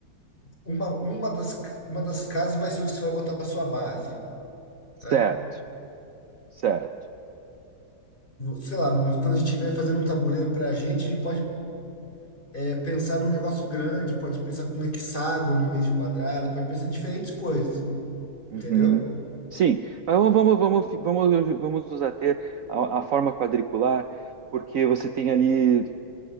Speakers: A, on the left (about 30°); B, on the right (about 60°).
A: uma, uma das, uma das casas vai ser onde você vai botar a sua base, tá?
B: Certo, certo.
A: Sei lá, no- quando a gente estiver fazendo um tabuleiro para a gente, a gente pode é, pensar num negócio grande, pode pensar com hexágono em vez de quadrado, pode pensar em diferentes coisas, entendeu?
B: Uhum. Sim, mas vamos, vamos, vamos, vamos, vamos nos ater à, à forma quadricular, porque você tem ali